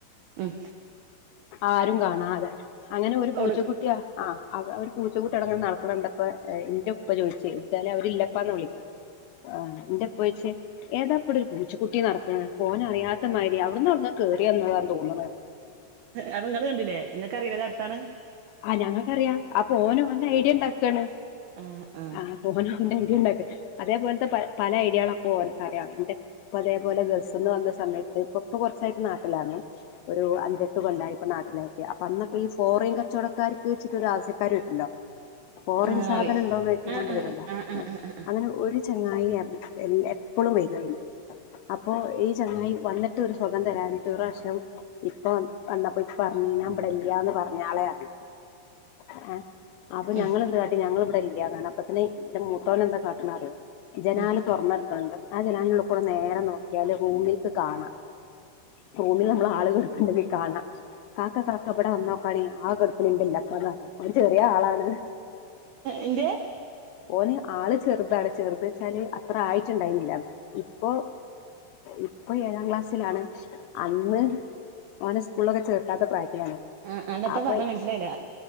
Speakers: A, on the right (about 80°); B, on the left (about 80°).
A: ഉം
B: ആരും കാണാതെ അങ്ങനെ ഒരു പൂച്ചക്കുട്ടിയാ
A: ഓട്
B: ആഹ് അവ അവര് പൂച്ചകുട്ടി അടങ്ങനെ നട്ക്ക്ണ്കണ്ടപ്പ എന്റെപ്പ ചോയ്ച്ചയ് എല്ലാരും അവര് ഇല്ലപ്പാന്ന വിളിക്ക ആഹ് ന്റെപ്പ ചോയ്ച്ച് ഏതാപ്പടൊരു പൂച്ച കുട്ടി നട്ക്ക്ണ് അപ്പൊ ഓന് അറിയാത്ത മാതിരി അവ്ടെ അവ്ട്ന്ന് യോട്ന്നോ കേറിന്നതാ തോന്ന്ണ്
A: അപ്പൊ ഇങ്ങൾ കണ്ടില്ലേ ഇങ്ങക്ക് അറീലെ ഇത ട്ത്താണ്
B: ആഹ് ഞങ്ങൾക്കറിയാ അപ്പൊ ഓന് ഓന്റെ അയ്ഡിയണ്ടാക്കാണ്
A: ആ ആ
B: ആഹ് പോൻന്റെ ഐഡിയ ഇണ്ടാക്ക അതേപോലത്തെ പ പല ഐഡിയാളൊക്കെ ഓൻക്കറിയാ ഇന്റെ ഇപ്പ അതേപോലെ ഗൾഫിന്ന് വന്ന സമയത്ത് ഇപ്പ ഇപ്പൊ കുറച്ചായിട്ട് നാട്ടിലാണ് ഒരു അഞ്ചട്ട് കൊല്ലയി ഇപ്പ നാട്ടിലായിറ്റ് അപ്പൊ അന്നോക്കെ ഈ ഫോറീൻ കാര് കച്ചവടക്കാര്ക്ക്ച്ചിട്ട് ഒരു ആവ്യസ്യക്കാര് വെര്ല്ലോ ഫോറിൻ
A: ആ
B: സാധനം
A: അറി
B: ഉണ്ടോന്ന് ചോയ്ച്ചുക്കാണ്ട്
A: ആ ആ
B: വരുല്ലോ
A: ആ ആ ആ
B: അങ്ങനെ ഒരു ചങ്ങായിയറ്ഞ്ഞാ എല്ല എപ്പഴും വെരു അങ്ങനെ അപ്പൊ ഈ ചങ്ങായി വന്നിട്ട് ഒര് സൊഖം തരാഞ്ഞിട്ട് ഒര്റാശ്യം ഇപ്പ വന്നപ്പോ ഇപ്പ പറഞ്ഞ് ഞാൻ ബടെല്യാന്ന് പറഞ്ഞാളെറ്ഞ് ഏഹ് അപ്പൊ ഞങ്ങെളെന്ത്‌
A: ഉം
B: കാട്ടി ഞങ്ങൾ ഇബടെ ഇല്യാന്നറ്ഞ് അപ്പത്തിന് ഇന്റെ മുത്തോന് എന്താ കാട്ട്ണ്ന്നറിയോ ജനാൽ
A: ഉം
B: തൊർന്നട്ക്ക്ണ് ണ്ട് ആഹ് ജനാലിനള്ള കൂടെ നേരെ നോക്കിയാല് റൂമിക്ക് കാണ റൂമിൽ നമ്മൾ ആള് കെട്ക്ക്ണത് കാണ കാക്ക കാക്ക ബടെ വന്നോക്കാണി ആഹ് കെട്ക്ക്ണ് <unintelligible> ഇല്ല്യതൊനാണ് ഓൻ ചെറിയെ ആളാണ്
A: എന്റെ
B: ഓന് ആള് ചെറുതാണ് ചെറ്ത്ച്ചാല് അത്ര ആയിട്ട്ണ്ടായിരുന്നില്ല അന്ന് ഇപ്പൊ ഇപ്പൊ ഏഴാം ക്ലാസ്സിലാണ് അന്ന് ഓനെ സ്കൂളൊക്കെ ചെർക്കാത്ത പ്രായത്തിലാണ്
A: ആഹ് അണ്ട് എത്താ
B: അപ്പൊ
A: പറ്ഞ് മന്സ്സിലായ്ല